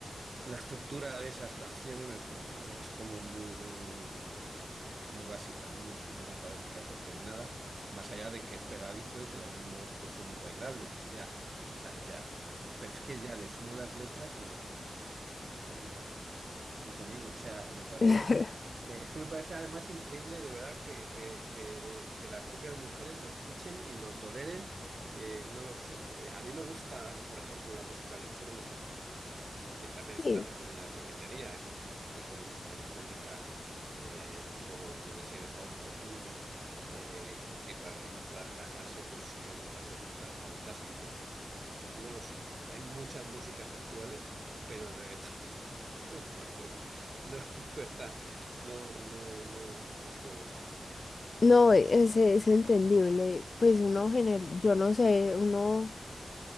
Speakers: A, on the right; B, on the left.
A: la estructura de esas canciones me- es como muy, muy básica, ¿no? No, no me parece que aporten nada, más allá de que es pegadizo y que los ritmos pues, son muy bailables, ya, o sea, ya. Pero es que ya le sumo las letras y digo, mm, no puedo con ello, o sea, me parece,
B: <laughs>
A: es que me parece además increíble de verdad que, que- que- que las propias mujeres lo escuchen y lo toleren, eh, no lo sé. Eh, A mí me gusta, por ejemplo, la música electrónica que también
B: Sí.
A: es otra recomendación que te haría. Hay muchos tipos de música electrónica, eh, tipo, yo que sé, el house profundo, eh, que para, que para relajarse, pues eh, me parece que está fantástico. No lo sé. Hay muchas músicas actuales, pero el reggaetón, <laughs> no, de verdad, no, no, no, no puedo.
B: No, es, es entendible, pues uno gener, yo no sé, uno,